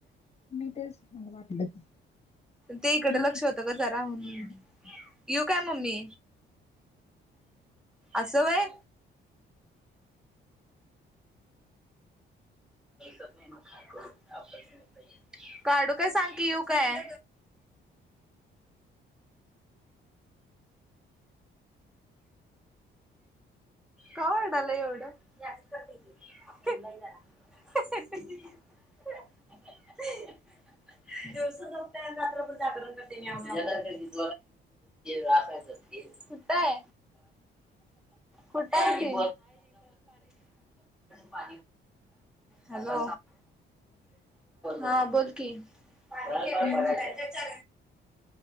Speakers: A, on the left; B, in the centre.
A: मी ते च वाटलं
B: ते इकडें
A: मी
B: लक्ष होतं ग जराून येऊ
A: म्हटलं
B: काय मम्मी असं वय त नाही काढू काय सांग की येऊ काय का ओरडालं एवढं <unintelligible>
A: <unintelligible>
B: दिवस जप रात्र त जपतील रासा जतील सुताय
A: <inaudible>
B: खुटय क पा हॅलो हा बोल कि पा त्यांच्या
A: मी